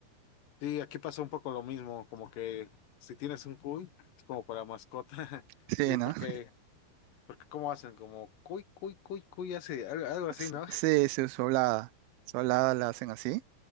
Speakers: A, on the left; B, on the right.
A: Sí, aquí pasa un poco lo mismo, como que si tienes un cuy, es como para mascota. <laughs>
B: Sí,
A: Y
B: ¿no?
A: porque,
B: <laughs>
A: porque ¿cómo hacen? Como cuy, cuy, cuy, cuy, así, algo, algo así,
B: S-
A: ¿no?
B: Sí, sí, su hablada. Su hablada la hacen así.